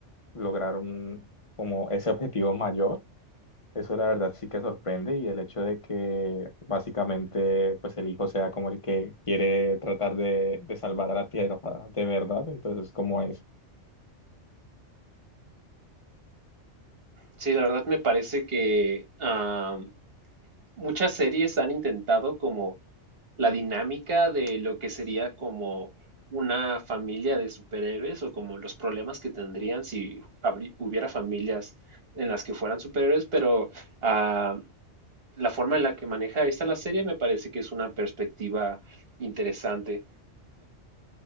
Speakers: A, on the left (about 30°); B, on the right (about 55°).
A: lograr un, como ese objetivo mayor. Eso la verdad sí que sorprende y el hecho de que básicamente pues el hijo sea como el que quiere tratar de, de salvar a la tierra de verdad, entonces como es.
B: Sí, la verdad me parece que ah, muchas series han intentado como la dinámica de lo que sería como una familia de superhéroes o como los problemas que tendrían si habri- hubiera familias en las que fueran superhéroes, pero ah, la forma en la que maneja esta la serie me parece que es una perspectiva interesante.